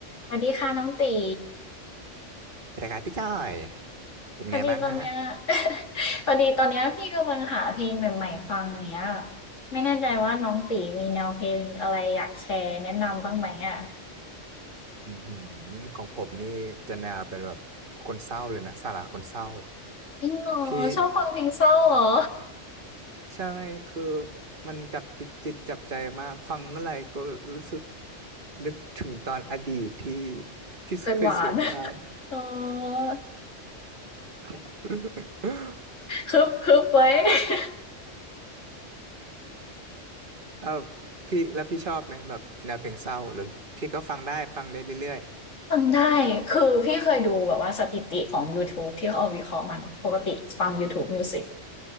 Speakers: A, on the left (about 85°); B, on the right (about 45°).
A: สวัสดีค่ะน้องตี
B: สวัสดีครับพี่จ้อยเป็นไงบ้างฮะ
A: พอดีตอนเนี้ย <laughs> พอดีตอนเนี้ยพี่กำลังหาเพลงใหม่ๆฟังอย่างเงี้ยไม่แน่ใจว่าน้องตีมีแนวเพลงอะไรอยากแชร์แนะนำบ้างไหมอ่ะ
B: อือหือของผมนี่จะแนวเป็นแบบคนเศร้าเลยนะสาระคนเศร้า
A: จริงเหรอชอบฟังเพลงเศร้าเหรอ
B: พี่ <laughs> ใช่คือมันจับจิตจับใจมากฟังเมื่อไหร่ก็รู้สึกนึกถึงตอนอดีตที่ที่เคยสวยงาม
A: เคยหวานเออ
B: <laughs>
A: คึบคึบไว้ <laughs>
B: เออพี่แล้วพี่ชอบไหมแบบแนวเพลงเศร้าหรือพี่ก็ฟังได้ฟังได้เรื่อย
A: ฟังได้คือพี่เคยดูแบบว่าสถิติของ YouTube ที่เขาเอาวิเคราะห์มาเนอะปกติฟัง YouTube Music